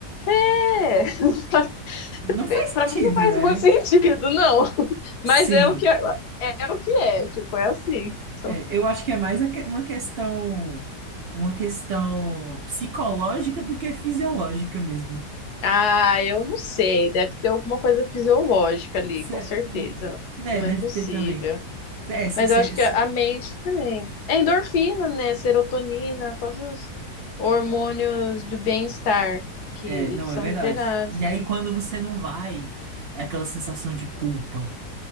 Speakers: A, on the left; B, on the right.
A: É, <laughs>
B: Não faz sentido,
A: pra mim não faz
B: né?
A: muito sentido, não. <laughs> Mas
B: Sim.
A: é o que é, é o que é, tipo, é assim. Então,
B: É, eu acho que é mais a que- uma questão. Uma questão psicológica do que fisiológica mesmo.
A: Ah, eu não sei. Deve ter alguma coisa fisiológica ali,
B: Cê,
A: com certeza.
B: né,
A: Não
B: deve
A: é possível.
B: ter também. É, você.
A: Mas eu acho que a a mente também. É endorfina, né? Serotonina, todos os hormônios do bem-estar que
B: É, não,
A: eles são
B: é verdade.
A: liberados.
B: E
A: Então-
B: aí, quando você não vai, é aquela sensação de culpa.